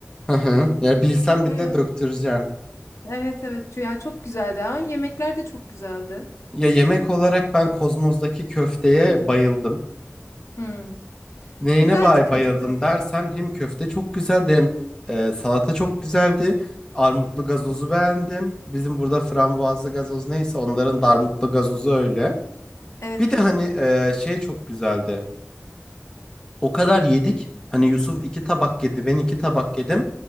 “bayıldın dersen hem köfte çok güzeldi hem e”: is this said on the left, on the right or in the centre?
Left